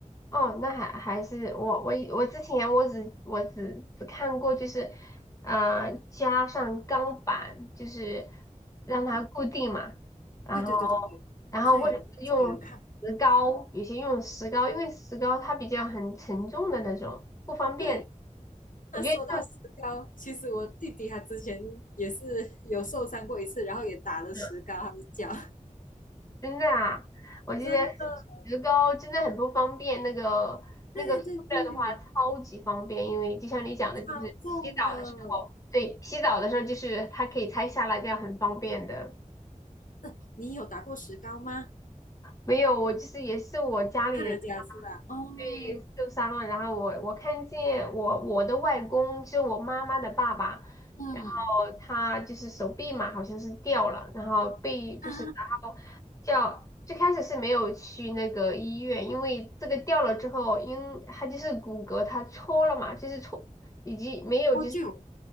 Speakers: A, on the left; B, on the left.
A: 哦，那还还是我我以我之前我只我只只看过就是呃加上钢板就是让它固定嘛，然后
B: 对对对对对，
A: 然后或者是用石膏，
B: 好像也也有看，
A: 有些用石膏，因为石膏它比较很沉重的那种，不方便。
B: 对。
A: 我觉得
B: 那说到石膏，其实我弟弟他之前也是有受伤过一次，然后也打了石膏，
A: 用
B: 他的脚，
A: 真的啊，我觉得
B: <laughs> 真的，
A: 石膏真的很不方便，那个那个塑料的话超级方便，
B: 对对对，
A: 因为就像你讲的，
B: 超重的。
A: 就是洗澡的时候，对，洗澡的时候就是它可以拆下来，这样很方便的。
B: 呃，你有打过石膏吗？
A: 没有，我就是也是我家里人。
B: 看人家是吧？哦，
A: 被受伤了，然后我我看见我我的外公，就我妈妈的爸爸，
B: 嗯
A: 然后他就是手臂嘛，好像是掉了，然后被就是然后叫最开始是没有去那个医院，
B: 啊，
A: 因为这个掉了之后，因他就是骨骼他戳了嘛，就是戳以及没有就是。
B: 我就